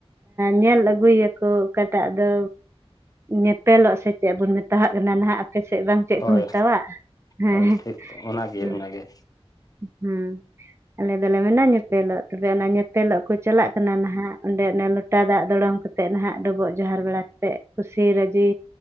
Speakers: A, on the right; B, on the left.
A: ᱧᱮᱞ ᱟᱹᱜᱩᱭᱟᱠᱚ ᱚᱠᱟ ᱮᱴᱟᱜ ᱫᱚ ᱧᱮᱯᱮᱞᱚᱜ ᱥᱮ ᱪᱮᱫ ᱵᱚᱱ ᱢᱮᱛᱟᱜ ᱠᱟᱱᱟ ᱱᱟᱦᱟᱜ ᱯᱟᱪᱮᱫ ᱵᱟᱝ ᱪᱮᱫ
B: ᱦᱳᱭ
A: ᱠᱚ ᱢᱮᱛᱟᱜ ᱦᱮᱸ
B: ᱦᱳᱭ ᱴᱷᱤᱠ ᱚᱱᱟᱜᱮ
A: ᱦᱸ
B: ᱚᱱᱟᱜᱮ
A: ᱦᱮᱸ ᱟᱞᱮ ᱫᱚᱞᱮ ᱢᱮ ᱧᱮᱯᱮᱞᱚᱜ ᱛᱚᱵᱮ ᱚᱱᱟ ᱮᱯᱮᱞᱚᱜ ᱠᱚ ᱪᱟᱞᱟᱜ ᱠᱟᱱᱟ ᱱᱟᱦᱟᱜ ᱚᱸᱰᱮ ᱚᱱ ᱞᱚᱴᱟ ᱫᱟᱜ ᱫᱚᱲᱚᱢ ᱠᱟᱛᱮ ᱛᱮᱫ ᱱᱟᱦᱟᱜ ᱰᱚᱵᱚᱜ ᱡᱚᱦᱟᱨ ᱵᱟᱲᱟ ᱠᱟᱛᱮᱫ ᱠᱩᱥᱤ ᱨᱟᱹᱡᱤ